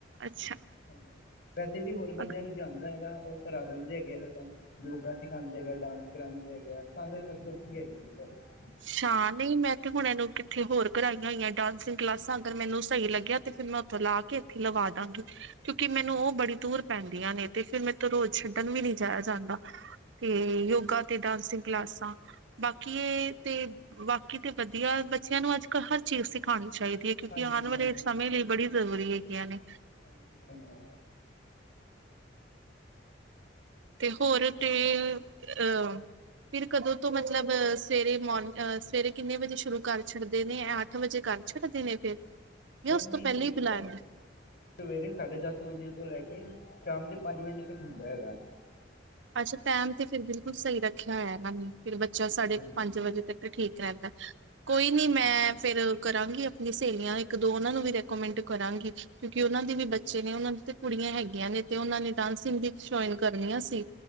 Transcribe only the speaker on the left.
ਹਾਂਜੀ। ਵੈਸੇ ਵੀ ਹੋਰ ਬੰਦਿਆਂ
ਨੂੰ ਜਾਂਦਾ ਹੈਗਾ। ਉਹ ਕਰਾ ਦਿੰਦੇ ਹੈਗੇ ਆ, ਇਹ ਕੰਮ ਯੋਗਾ ਸਿਖਾਉਂਦੇ ਹੈਗੇ, ਡਾਂਸ ਕਰਾਉਂਦੇ ਹੈਗੇ ਆ, ਸਾਰੇ ਮਤਲਬ। ਕੀ ਹੈਗੀ ਹੈ। ਫੇਰ
ਹਾਂਜੀ
ਹਾਂਜੀ
ਹਾਂਜੀ- ਹਾਂਜੀ।
ਨਹੀਂ
ਨਹੀਂ
ਸਵੇਰੇ
ਸਵੇਰੇ ਸਾਢੇ ਦਸ ਵਜੇ ਤੋਂ ਲੈ ਕੇ ਸ਼ਾਮ ਦੇ ਪੰਜ ਵਜੇ ਤੱਕ ਹੁੰਦਾ ਹੈਗਾ।
ਹਾਂਜੀ
ਹਾਂਜੀ
ਹਾਂਜੀ